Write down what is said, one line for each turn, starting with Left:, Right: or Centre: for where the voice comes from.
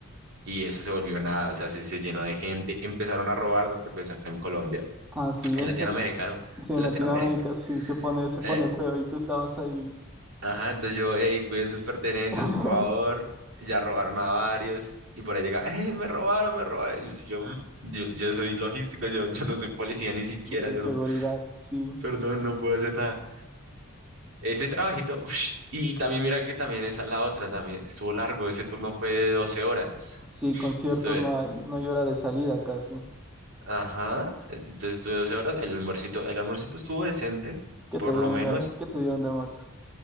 Right: Y eso se volvió nada, o sea, se, se llenó de gente. Empezaron a robar, ¿no? Porque pues acá en Colombia,
Centre: ah, sí,
Right: en
Centre: en,
Right: Latinoamérica,
Centre: en-
Right: ¿no?
Centre: sí,
Right: En
Centre: en Latinoamérica
Right: Latinoamérica.
Centre: sí, se pone, se
Right: eh,
Centre: pone feo y tú estabas ahí.
Right: Ajá, entonces yo, hey, cuiden sus pertenencias,
Centre: <laughs>
Right: por favor. Ya robaron a varios. Y por ahí llega, hey, me robaron, me robaron. Y Yo, "Mm, yo, yo soy logístico, yo, yo no soy policía ni siquiera,
Centre: No soy
Right: yo
Centre: seguridad,
Right: no,
Centre: sí.
Right: perdón, no puedo hacer nada. Ese trabajito, ush, y también mira que también esa es la otra, también estuvo largo, ese turno fue de 12 horas.
Centre: Sí, conciertos
Right: Estuve,
Centre: no hay, no hay hora de salida casi.
Right: ajá, e, entonces estuve 12 horas, el almuercito, el almuercito estuvo decente,
Centre: ¿Qué
Right: por
Centre: te dio
Right: lo menos.
Centre: onda? ¿Qué te dio onda, almuerzo?